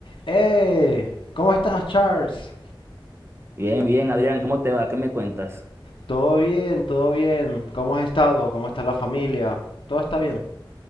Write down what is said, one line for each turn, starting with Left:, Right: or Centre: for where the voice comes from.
Left: ¡Eh! ¿Cómo estás, Charles?
Right: Bien, bien, Adrián, ¿cómo te va? ¿Qué me cuentas?
Left: Todo bien, todo bien. ¿Cómo has estado? ¿Cómo está la familia? Todo está bien.